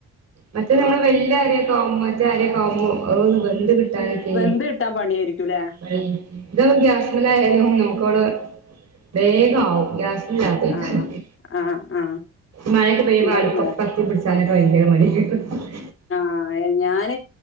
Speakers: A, on the right; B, on the left.
A: മറ്റേതു നമ്മള് വല്ല്യ അരി ഒക്ക ആവുമ്പ മറ്റേ അരിയൊക്കെ ആവുമ്പോ അതൊന്നു വെന്തു കി കിട്ടാനെക്കെ
B: വെന്ത്
A: <unintelligible>
B: കിട്ടാൻ പണിയായിരിക്കുംല്ലേ
A: ഇത് ഗ്യാസ്മല ആയാലും നമുക്ക് വടെ വേഗാവും ഗ്യാസ് <unintelligible>
B: ആഹ് ആഹ് ആഹ്
A: മയൊക്കെ പെയ്ത
B: എന്തായാലും
A: അട്പ്പ് കത്തി പിട്ചാനോക്കെ ഭയങ്കര മടി ഇപ്പ്
B: ആ ഞാന്